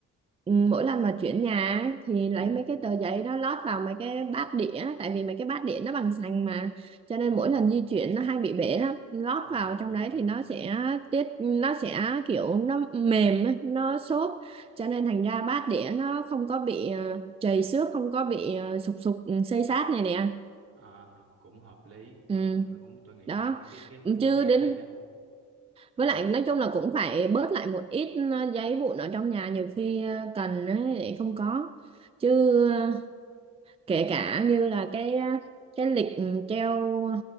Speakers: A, on the right (about 20°); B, on the right (about 50°).
A: ừ, mỗi lần mà chuyển nhà ấy, thì lấy
B: ừ
A: mấy cái tờ giấy đó lót vào mấy cái bát đĩa tại vì mấy cái bát đĩa nó bằng sành mà cho nên
B: ừ
A: mỗi lần di chuyển nó hay bị bể lắm lót
B: à
A: vào
B: đúng
A: trong đấy
B: đúng
A: thì nó sẽ tiết nó sẽ kiểu nó mềm ấy, nó xốp cho nên thành ra bát đĩa nó không có bị ờ, trầy xước không có bị ờ, sụp sụp ừ, xây xát này nè
B: à cũng hợp lý đúng
A: ừ
B: đúng tôi nghĩ
A: đó
B: là cái cái cái cái hướng
A: chứ
B: đi
A: đến
B: đó hay đó ừ
A: với lại nói chung là cũng phải bớt lại một ít ờ, giấy vụn ở trong nhà nhiều khi ờ, cần ấy, lại không có chứ ờ, kể cả như là cái ờ, cái lịch ừ, treo